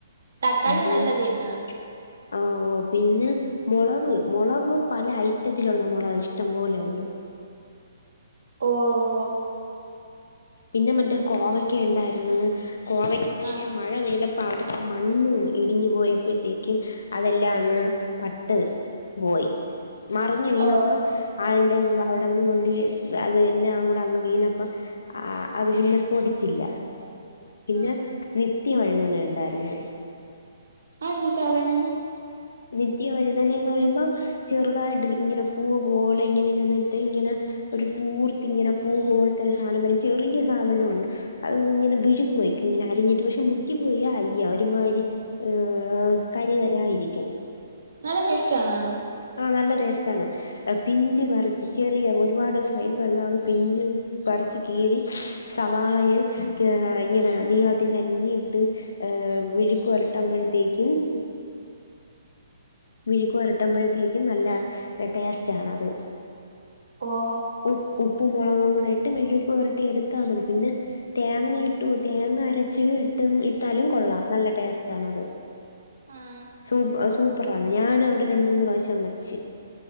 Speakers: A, on the right; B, on the left.
A: തക്കാളി
B: <unintelligible>
A: നല്ലത് തന്നെ
B: ഓ ഓ പിന്നെ മൊളവ് മുളവ് പല ഐറ്റത്തിലുള്ള മുളക് ഇഷ്ടം പോലെ ഉണ്ട്.
A: ഓ ഓ
B: പിന്നെ മറ്റേ കോവയ്ക്കയിണ്ടായിര്ന്ന് കോവയ്ക്ക പക്ഷെ
A: ആഹ്
B: മഴ പെയ്തപ്പ പ്പ അവിടത്തെആ മണ്ണ് ഇടിഞ്ഞു പോയപ്പോഴത്തേക്കും അതെല്ലാം അങ്ങ് പട്ട് ബോയി മറിഞ്ഞ് വീണപ്പൊ
A: ഓ
B: അതിന്റെ അവിടെന്ന് കൊണ്ട് അത് എല്ലാം കൂടെ അങ്ങ് വീണപ്പം അ ആ അത് പിന്നെ പൊടിച്ചില്ല പിന്നെ
A: ആഹ്
B: നിത്യ വഴുതന ഉണ്ടായിരുന്നു
A: അഹ് എന്ത് സധനം
B: നിത്യവഴുതനെ എന്ന് പറയുമ്പം ചെറുതായിട്ടിരിക്കും ഇങ്ങനെ പൂവ് പോലെ ഇങ്ങനെ ഇര്ന്നിട്ട് ഇങ്ങനെ. ഒരു കൂർത്തിങ്ങനെ പൂ പോലത്തെ ഒരു സാധനം വരും ചെറിയ സാധനവാണ് അത് ഇങ്ങനെ വിഴ്‌ക്ക് വെക്കും ഇങ്ങനെ അരിഞ്ഞിട്ട് പക്ഷെ മുറ്റി പോയാൽ അലിയാ ഒരുമാരി. ഏഹ് കര്കരായിരിക്കും
A: നല്ല ടേസ്റ്റ് ആണാ
B: ആഹ് നല്ല ടേസ്റ്റാണ് പിഞ്ച് പറിച്ച് ചെറിയ ഒരുപാട് സൈസല്ലാതെ പിഞ്ചു പറിച്ച് കീറി സവാളയിൽ ഇങ്ങനെ നീളത്തിന് അരിഞ് ഇട്ട് ഏഹ് വിഴുക്ക് വൊരട്ടുമ്പോഴത്തേക്കും വിഴുക്കുവരട്ടുമ്പോഴത്തേക്കും നല്ല ആ ടേസ്റ്റ് ആണത്
A: ഓഹ്
B: ഉ ഉപ്പും മൊളകും കൂടെ ഇട്ട് വിഴപ്പു വരട്ടി എടുത്താ മതി പിന്നെ തേങ്ങ ഇട്ടും തേങ്ങ അരച്ച് ഇട്ടും ഇട്ടാലും കൊള്ളാം നല്ല ടേസ്റ്റ് ആണത്
A: ആഹ്
B: സൂപ്പ സൂപ്പറാണ് ഞൻ അവിടെ രണ്ട് മൂന്ന് പ്രാവശ്യം വെച്ച്